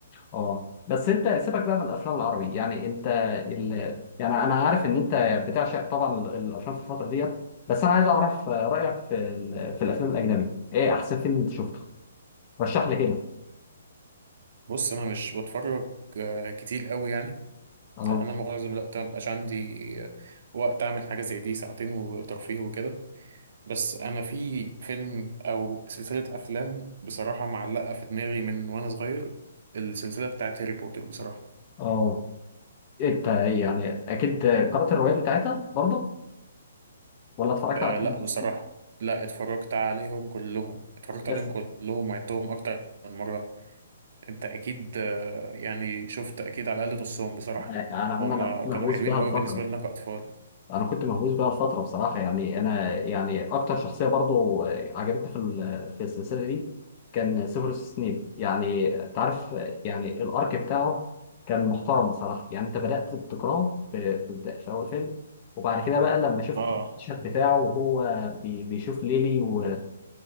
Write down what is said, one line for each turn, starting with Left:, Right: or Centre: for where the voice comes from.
Left: اه بس انت سيبك بقى من الافلام العربي يعني انت ال... يعني انا عارف ان انت بتعشق طبعا ال- الافلام في الفتره ديت بس انا عايز اعرف آه، رايك في ال... في الافلام الاجنبي ايه احسن فيلم انت شفته رشح لي كده
Right: بص أنا مش بتفرج آه، كتير قوي يعني
Left: اه
Right: لأن أنا معظم الوقت مبقاش عندي آه، وقت أعمل حاجة زي دي ساعتين وترفيه وكده بس انا في فيلم او سلسله افلام بصراحه معلقه في دماغي من وانا صغير السلسله بتاعت هاري بوتر بصراحه
Left: اه انت يعني اكيد قرات الروايات بتاعتها برضه ولا اتفرجت
Right: أه
Left: على فيلم
Right: لا
Left: بس
Right: بصراحه لا اتفرجت عليهم كلهم اتفرجت
Left: بس
Right: عليهم كلهم وعدتهم اكتر من مره انت اكيد آه، يعني شفت اكيد على الاقل نصهم بصراحه
Left: يعني انا عم
Right: هم
Left: انا كنت
Right: كانوا
Left: مهووس
Right: حلوين
Left: بها
Right: قوي
Left: لفتره
Right: بالنسبه لنا كاطفال
Left: انا كنت مهووس بها لفتره بصراحه يعني انا يعني اكتر شخصيه برضو عجبتني في ال- في السلسله دي كان سيفيروس سنيب يعني تعرف يعني الارك بتاعه كان محترم بصراحه يعني انت بدات بتكرهه في في, البدا- في اول فيلم وبعد كده بقى لما شفت
Right: اه
Left: المشهد بتاعه وهو بي- بيشوف ليلي و-